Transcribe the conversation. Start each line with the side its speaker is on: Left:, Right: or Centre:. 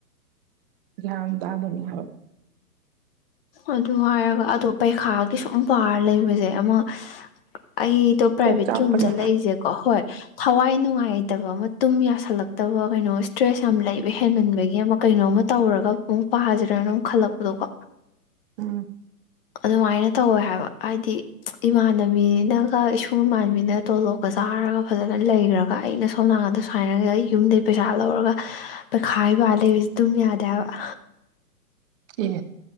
Right: ꯒ꯭ꯌꯥꯟ ꯇꯗꯕꯅꯤ ꯍꯥꯏꯕ꯫
Left: ꯑꯗꯨ ꯍꯥꯏꯔꯒ ꯑꯗꫭ ꯄꯩꯈꯥꯒꯤ ꯁꯨꯝ ꯄꯥꯔ ꯂꯩꯕꯁꯦ ꯑꯃ ꯑꯩꯗꯣ ꯄ꯭ꯔꯥꯏꯚꯦꯠꯀꯤ
Right: ꯀꯣꯛ ꯆꯥꯛꯄꯅꯦ
Left: ꯑꯃꯨꯛ ꯆꯠꯂꯛꯏꯁꯦ ꯀꯣ ꯍꯣꯏ ꯊꯋꯥꯏ ꯅꯨꯡꯉꯥꯏ ꯍꯩꯇꯕ ꯑꯃ ꯇꯨꯝ ꯌꯥꯁꯜꯂꯛꯇꯕ ꯀꯩꯅꯣ ꯁ꯭ꯇ꯭ꯔꯦꯁ ꯌꯥꯝ ꯂꯩꯕ ꯍꯦꯟꯃꯟꯕꯒꯤ ꯑꯃ ꯀꯩꯅꯣꯝ ꯇꯧꯔꯒ ꯑꯃꯨꯛ ꯄꯥꯁꯤꯔꯅ ꯑꯃꯨꯛ ꯈꯜꯂꯛꯄꯗꯣꯀꯣ
Right: ꯎꯝ
Left: ꯑꯗꯨꯃꯥꯏꯅ ꯇꯧꯋꯦ ꯍꯥꯏꯕ ꯍꯥꯏꯗꯤ ꯏꯃꯥꯟꯅꯕꯤꯅꯒ ꯏꯁꯨꯡ ꯏꯃꯥꯟꯅꯕꯤꯅꯒ ꯇꯣꯂꯣꯞꯀ ꯆꯥꯔꯒ ꯐꯖꯅ ꯂꯩꯈ꯭ꯔꯒ ꯑꯩꯅ ꯁꯣꯝ ꯅꯥꯀꯟꯗ ꯁꯨꯃꯥꯏꯅꯒ ꯌꯨꯝꯗꯒꯤ ꯄꯩꯁꯥ ꯂꯧꯔꯒ ꯄꯩꯈꯥꯏꯕ ꯂꯩꯕꯁꯤ ꯇꯨꯝ ꯌꯥꯗꯦ ꯍꯥꯏꯕ꯫
Right: ꯑꯦ